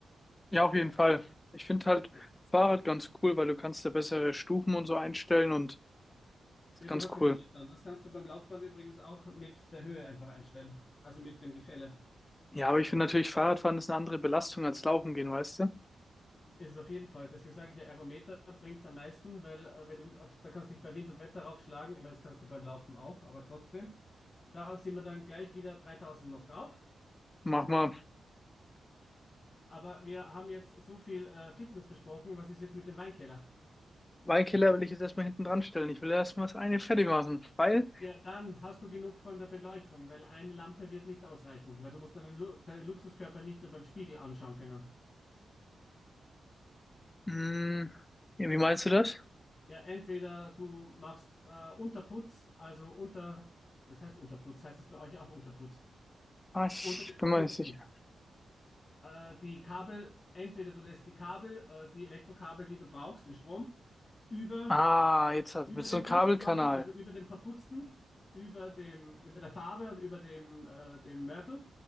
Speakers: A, on the left; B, on the left.
A: ja, auf jeden Fall. Ich finde halt
B: Ja,
A: Fahrrad ganz cool, weil du kannst da bessere Stufen und so einstellen und ist
B: Ja,
A: ganz
B: du hast den
A: cool.
B: Widerstand. Das kannst du beim Laufband übrigens auch mit der Höhe einfach einstellen. Also mit dem Gefälle.
A: Ja, aber ich finde natürlich Fahrradfahren ist eine andere Belastung als Laufen gehen, weißt du?
B: Ist es auf jeden Fall. Deswegen sage ich ja, Ergometer bringt es am meisten, weil äh, wenn du, auf- da kannst du dich bei Wind und Wetter raufschlagen. Ich meine, das kannst du beim Laufen auch, aber trotzdem. Da sind wir dann gleich wieder 3000 noch drauf.
A: Mach mal.
B: Aber wir haben jetzt so viel äh, Fitness besprochen. Was ist jetzt mit dem Weinkeller?
A: Weinkiller will ich jetzt erstmal hinten dran stellen. Ich will erstmal das eine fertig machen, weil,
B: Ja, dann hast du genug von der Beleuchtung, weil eine Lampe wird nicht ausreichen, weil du musst deinen, Lu deinen Luxuskörper nicht nur beim Spiegel anschauen können.
A: mh, ja, wie meinst du das?
B: Ja, entweder du machst äh, Unterputz, also unter, das heißt Unterputz, heißt das bei euch auch Unterputz,
A: Ah, ich
B: unter den
A: bin
B: Verputzten.
A: mir nicht sicher.
B: Äh, die Kabel, entweder du lässt die Kabel, äh, die Elektrokabel, die du brauchst, den Strom, über
A: Ah, jetzt hat,
B: Über
A: mit so
B: den
A: einem
B: Putz
A: Kabelkanal.
B: machen, also über dem Verputzten, über dem, über der Farbe und über dem, äh, dem Mörtel.